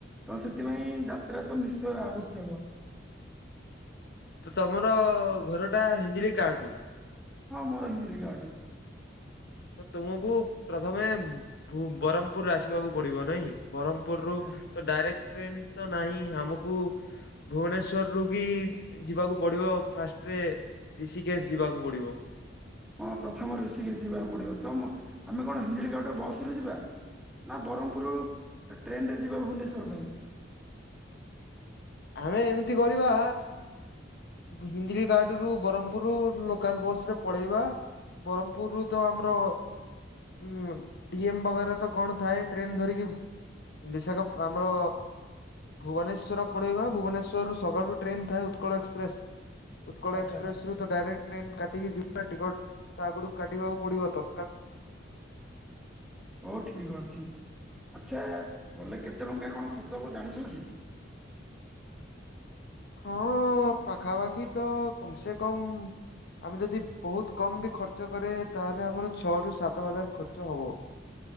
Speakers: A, in the centre; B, on the left (about 60°).
A: ତ ସେଥିପାଇଁ ଯାତ୍ରା ତ ନିଶ୍ଚୟ ଆବଶ୍ୟକ।
B: ତ ତମର ଘର ଟା ହିଞ୍ଜିଳି କାଟୁ।
A: ହଁ ମୋର ହିଞ୍ଜିଳି କାଟୁ।
B: ତ ତୁମକୁ ପ୍ରଥମେ ଭୁ ବରହମପୁର ଆସିବାକୁ ପଡିବ ନାଇଁ। ବରହମପୁରରୁ
A: ଆଚ୍ଛା
B: ତ ଡାଇରେକ୍ଟ ଟ୍ରେନ ତ ନାହିଁ ଆମକୁ ଭୁବନେଶ୍ଵର ରୁ ବି ଯିବାକୁ ପଡିବ ଫାଷ୍ଟରେ ଋଷିକେଶ ଯିବାକୁ ପଡିବ।
A: ହଁ ପ୍ରଥମ ଋଷିକେଶ ଯିବାକୁ ପଡିବ । ତ ମ ଆମେ କଣ ହିଞ୍ଜଳି କାଟୁରେ ବସ ରୁ ଯିବା? ନା ବରହମପୁରୁ ଟ୍ରେନ ରେ ଯିବା ଭୁବନେଶ୍ଵର ପାଇଁ।
B: ଆମେ ଏମିତି କରିବା ହିଞ୍ଜିଳି କାଟୁ ରୁ ବରହମପୁର ଲୋକାଲ ବସ ରେ ପଳେଇବା ବରହମପୁରରୁ ତ ଆମର ଉଁ ଡିଏମ ବଗେରା ତ କଣ ଥାଏ ଟ୍ରେନ ଧରିକି ବିଶାଖା ଆମର ଭୁବନେଶ୍ୱର ପଳେଇବା ଭୁବନେଶ୍ୱରରୁ ସକାଳୁ ଟ୍ରେନ ଥାଏ ଉତ୍କଳ ଏକ୍ସ ପ୍ରେସ୍ ଉତ୍କଳ
A: ଆଚ୍ଛା
B: ଏକ୍ସପ୍ରେସ ରୁ ତ ଡାଇରେକ୍ଟ ଟ୍ରେନ କାଟ୍ ଟିକି ଯିବା ଟିକଟ ତା ଆଗଠୁ କାଟିବାକୁ ପଡିବ ତ
A: ହଉ ଠିକ ଅଛି। ଆଛା ଗଲେ କେତେ ଟଙ୍କା କଣ ଖର୍ଚ୍ଚ ହେବ ଜାଣିଛ କି?
B: ହଁ ପାଖା ପାାଖି ତ କମ ସେ କମ ଆମେ ଯଦି ବହୁତ କମ ବି ଖର୍ଚ୍ଚ କରିଆ ତାହେଲେ ଆମର ଛଅ ରୁ ସାତ ହଜାର ଖର୍ଚ୍ଚ ହବ।